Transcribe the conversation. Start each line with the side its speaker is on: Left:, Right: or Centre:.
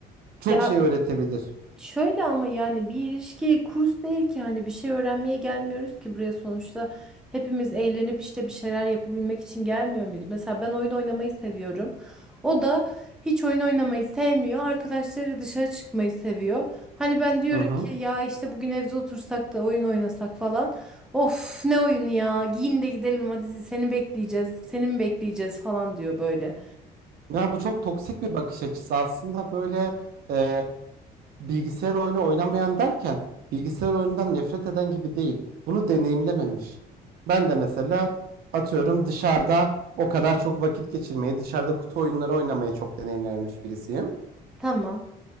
Right: Çok
Centre: ya
Right: şey öğretebilir.
Centre: Şöyle ama yani bir ilişki kurs değil ki hani bir şey öğrenmeye gelmiyoruz ki buraya sonuçta hepimiz eğlenip işte bir şeyler yapabilmek için gelmiyor muyuz? Mesela ben oyun oynamayı seviyorum. O da hiç oyun oynamayı sevmiyor. Arkadaşları dışarı çıkmayı seviyor. Hani ben diyorum
Right: Hı hı.
Centre: ki ya işte bugün evde otursak da oyun oynasak falan. Of ne oyunu ya giyin de gidelim hadi seni bekleyeceğiz seni mi bekleyeceğiz falan diyor böyle.
Right: Yani bu çok toksik bir bakış açısı. Aslında böyle e, bilgisayar oyunu oynamayan derken bilgisayar oyunundan nefret eden gibi değil. Bunu deneyimlememiş. Ben de mesela atıyorum dışarıda o kadar çok vakit geçirmeyi, dışarıda kutu oyunları oynamayı çok deneyimlememiş birisiyim.
Centre: Tamam